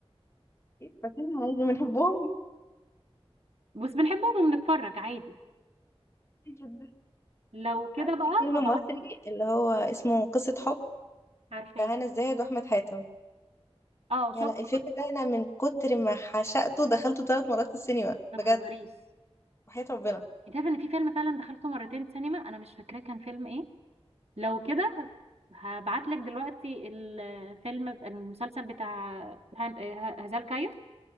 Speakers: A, on the left; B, on the right.
A: بس احنا عايزين بنحبهم
B: بس بنحبهم وبنتفرج عادي
A: جدا.
B: لو كده بقى
A: في فيلم
B: هبعتلك
A: مصري اللي هو اسمه قصة حب
B: عارفاه
A: بتاع هنا الزاهد واحمد حاتم
B: اه
A: يا
B: شفته
A: لا الفيلم
B: بقى
A: ده انا من كتر ما عشقته دخلته ثلاث مرات في السينما
B: ما
A: بجد
B: تهزريش
A: وحياة ربنا
B: انت عارفه ان في فيلم فعلا دخلته مرتين سينما انا مش فاكراه كان فيلم ايه لو كده هبعتلك دلوقتي الفيلم المسلسل بتاع هان- ه- هزال كاير